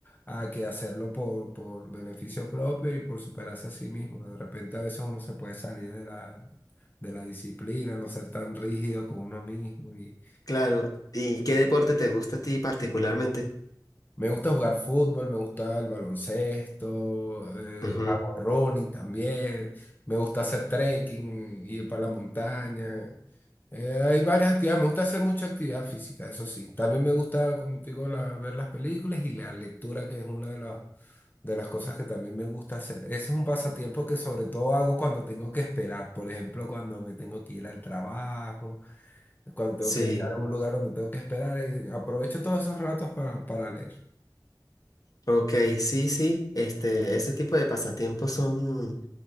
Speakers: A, on the left; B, on the left.
A: a que hacerlo por, por beneficio propio y por superarse a sí mismo. De repente a veces uno se puede salir de la, de la disciplina, no ser tan rígido con uno mismo. Y
B: claro. ¿Y qué deporte te gusta a ti particularmente?
A: me gusta jugar fútbol, me gusta el baloncesto, eh,
B: Ujú,
A: hago running también, me gusta hacer trekking, ir para la montaña. Eh, hay varias actividades, me gusta hacer mucha actividad física, eso sí. También me gusta, como te digo, la- ver las películas y la lectura, que es una de las, de las cosas que también me gusta hacer. Ese es un pasatiempo que sobre todo hago cuando tengo que esperar, por ejemplo, cuando me tengo que ir al trabajo, cuando tengo
B: Sí,
A: que estar en un lugar donde tengo que esperar, y aprovecho todos esos ratos para, para leer.
B: ok, sí, sí. Este, ese tipo de pasatiempos son,